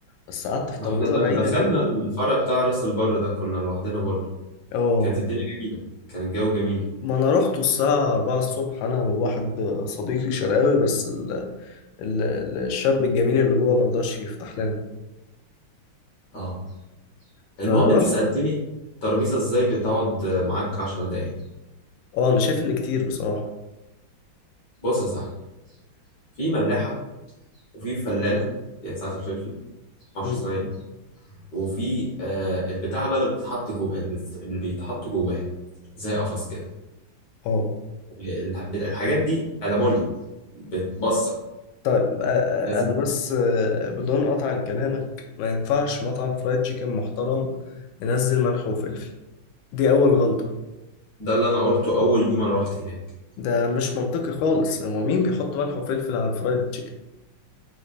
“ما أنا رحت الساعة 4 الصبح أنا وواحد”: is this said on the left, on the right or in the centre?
Left